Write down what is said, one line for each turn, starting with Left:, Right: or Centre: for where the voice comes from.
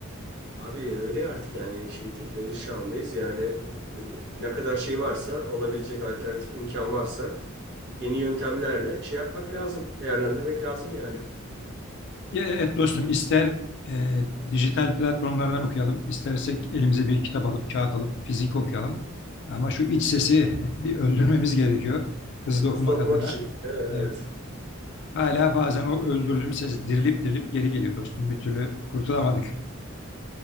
Right: Abi öyle artık yani şey teknoloji çağındayız. Yani e, ne kadar şey varsa olabilecek alternatif imkan varsa yeni yöntemlerle şey yapmak lazım. Değerlendirmek lazım yani.
Left: Evet dostum ister e, dijital platformlardan okuyalım, istersek elimize bir kitap alıp kağıt alıp fizik okuyalım. Ama şu iç sesi <laughs> bir öldürmemiz gerekiyor hızlı
Right: Hızlı
Left: okumak
Right: okumak
Left: adına.
Right: için. Değil mi? Evet.
Left: Evet hala bazen o öldürdüğüm ses dirilip dirilip geri geliyor dostum. Bir türlü kurtulamadık.